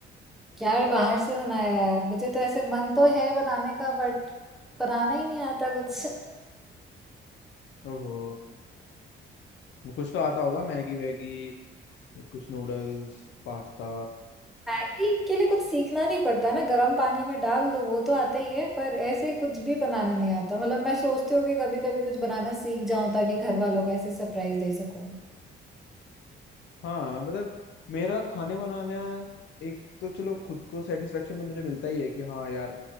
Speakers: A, in the centre; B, on the left.
A: क्या बाहर से बनाया यार मुझे तो ऐसे मन तो है बनाने का बट बनाना ही नहीं आता कुछ
B: ओहो कुछ तो आता होगा मैगी वैगी कुछ नूडल्स पास्ता
A: मैगी के लिए कुछ सीखना नहीं पड़ता ना गर्म पानी में डाल दो वो तो आता ही है पर ऐसे कुछ भी बनाना नहीं आता मतलब मैं सोचती हूँ कि कभी कभी कुछ बनाना सीख जाऊं ताकि घर वालों का ऐसे सरप्राइज दे सकूं
B: हाँ मतलब मेरा खाने बनाना एक तो चलो खुद को सेटिस्फेक्शन तो मुझे मिलता ही है कि हाँ यार